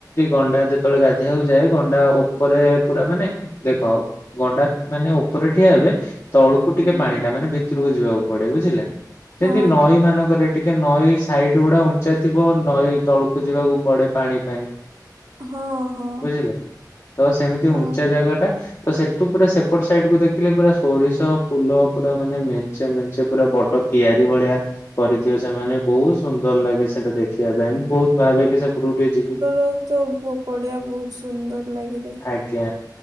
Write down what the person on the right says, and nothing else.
ହୁଁ
ହଁ
ହଁ ହଁ
ହଁ
ତୋ ତ ବୋ ପଡିଆ ବହୁତ ସୁନ୍ଦର ଲାଗିଥା